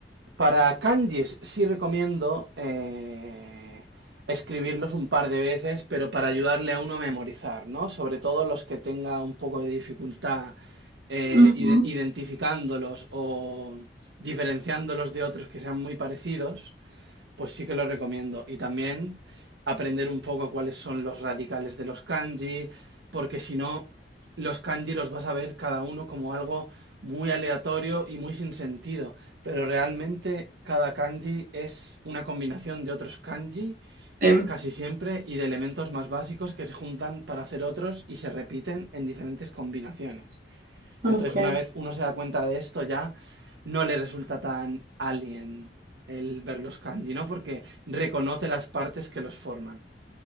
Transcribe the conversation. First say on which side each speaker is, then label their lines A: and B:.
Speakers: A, on the right; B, on the right.
A: Para kanjis sí recomiendo eh, escribirlos un par de veces, pero para ayudarle a uno a memorizar, ¿no? Sobre todo los que tenga un poco de dificultad eh,
B: Ujú.
A: ide- identificándolos o diferenciándolos de otros que sean muy parecidos. Pues sí que lo recomiendo. Y también aprender un poco cuáles son los radicales de los kanji, porque si no, los kanji los vas a ver cada uno como algo muy aleatorio y muy sin sentido. Pero realmente cada kanji es una combinación de otros kanji,
B: Sí.
A: casi siempre, y de elementos más básicos que se juntan para hacer otros y se repiten en diferentes combinaciones. Entonces,
B: Ok,
A: una vez uno se da cuenta de esto, ya no le resulta tan alien el ver los kanji, ¿no? Porque reconoce las partes que los forman.